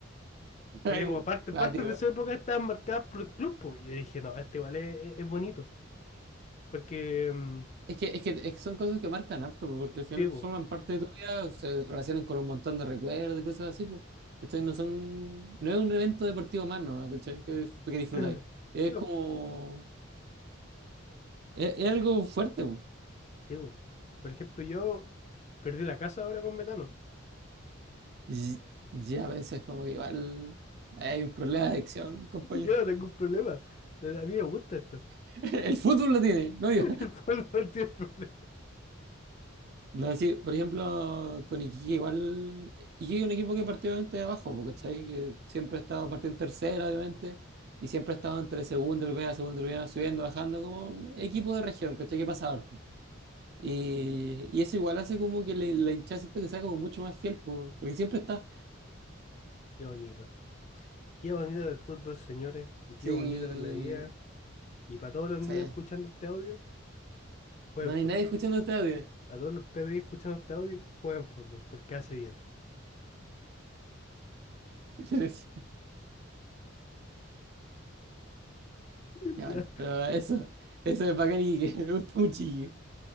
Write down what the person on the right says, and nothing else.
<laughs> Ay,
cuático.
Es que, es que, es que son cosas que marcan harto, po, porque al final
forman parte de tu vida, se relacionan con un montón de recuerdos y cosas así, pues. No son, no es un evento deportivo más, ¿no? ¿Cachai? Que, dif- que disfrutáis.
Es
como, es, es algo fuerte, pues.
Y, y a veces como que igual hay un problema de adicción, compañero.
<laughs> El fútbol lo tiene, no yo.
No, sí, por ejemplo, con Iquique igual. Iquique es un equipo que partió obviamente de abajo, porque ¿cachai? Que siempre ha estado partiendo en tercera, obviamente, y siempre ha estado entre segunda, y primera, segunda, y primera, subiendo, bajando, como equipo de región, ¿cachai? Que pasa harto. Y, y eso igual hace como que la, la hinchada siento que sea como mucho más fiel, po, porque siempre está
sí
Sí,
no hay
nadie escuchando este audio.
<laughs> Yo decía,
ya
bueno, pero eso, eso es bacán y que <laughs> me gusta mucho. Iquique.